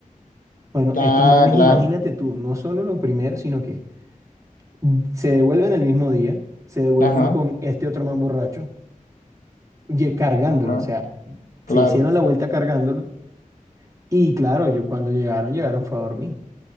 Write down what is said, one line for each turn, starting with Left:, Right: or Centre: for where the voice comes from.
Right: Bueno,
Left: Ah,
Right: estos manes,
Left: claro.
Right: imagínate tú, no solo lo primero, sino que mm, se devuelven el mismo día, se devuelven
Left: Ajá,
Right: con este otro man borracho, lle- cargándolo,
Left: ajá,
Right: o sea,
Left: claro.
Right: se hicieron la vuelta cargándolo. Y claro, yo cuando llegaron, llegaron fue a dormir.